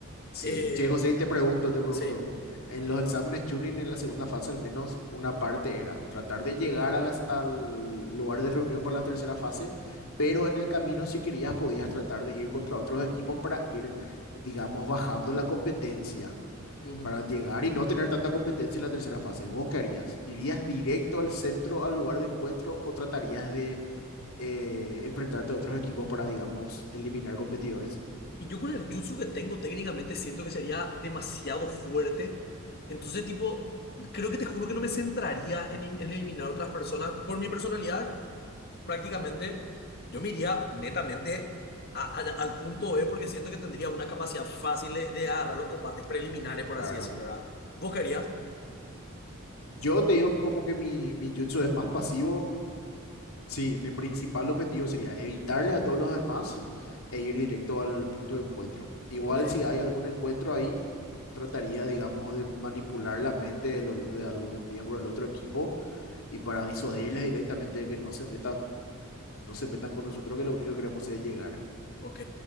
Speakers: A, on the left; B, on the left.
A: Sí,
B: Eh,
A: che, José, y te pregunto, te pregunto,
B: sí.
A: en los exámenes tuning en la segunda fase al menos una parte era tratar de llegar a las- al lugar de reunión para la tercera fase, pero en el camino si querías podías tratar de ir contra otros equipos para ir, digamos, bajando la competencia,
B: Ujú.
A: para llegar y no tener tanta competencia en la tercera fase. ¿Vos qué harías? ¿Irías directo al centro, al lugar de encuentro o tratarías de eh, enfrentarte a otros equipos para, digamos, eliminar competidores?
B: Y yo con el jutsu que tengo técnicamente siento que sería demasiado fuerte. Entonces, tipo, creo que te juro que no me centraría en, in- en eliminar otras personas. Por mi personalidad, prácticamente, yo me iría netamente a-
A: Ujú.
B: a- al punto B porque siento que tendría una capacidad fácil de, de agarrar los combates preliminares, por
A: Claro.
B: así decirlo, ¿verdad? ¿Vos querías?
A: Yo te digo como que mi, mi jutsu es más pasivo. Sí, mi principal objetivo sería evitarle a todos los demás e ir directo al punto de encuentro. Igual
B: Ok.
A: si hay algún encuentro ahí, trataría, digamos, de manipular la mente de, lo- de algún miembro del otro equipo y para disuadirles directamente de que no se metan, no se metan con nosotros, que lo único que queremos es llegar.
B: Ok,